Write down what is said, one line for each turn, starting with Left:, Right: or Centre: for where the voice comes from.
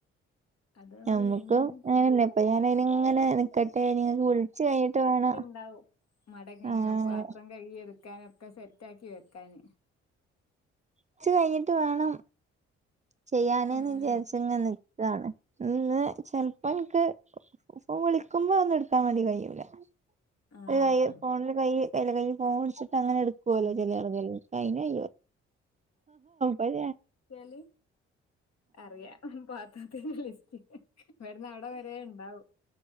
Left: അതും
Right: നമ്മുക്കും
Left: കൂടെ കഴിഞ്ഞാല്
Right: അങ്ങനെയല്ല ഇപ്പ ഞാനനിങ്ങനെ നിക്കട്ടെ ഇനി വിളിച്ചു കഴിഞ്ഞിട്ട് വേണം
Left: ണ്ടാവും മടങ്ങി
Right: ആഹ്
Left: പാത്രം കഴ എടുക്കാനൊക്കെ സെറ്റ ആക്കി വെക്കാന്
Right: വച്ച് കഴിഞ്ഞിട്ട് വേണം ചെയ്യാനന്ന്
Left: ഏഹ്
Right: വിചാരിച്ച ഇങ്ങെ നിൽക്കുകാണ് ഇന്ന് ചെലപ്പോ എനിക്ക് പപ്പ വിളിക്കുമ്പോ ഒന്നും എടുത്താൻ മതി കഴില
Left: ആഹ്
Right: ക ഫോണില് കൈ കയ് കൈ ഫോൺ വിടിച്ചിട്ട് അങ്ങനെ എടുക്ക കോലജല്ല
Left: ഉം.
Right: കായി ന പറ
Left: ല് അറിയ പാത്തത്ത ലിസ്റ്റ് ഇവിടെ നാടൻ വരെ ഉണ്ടാവും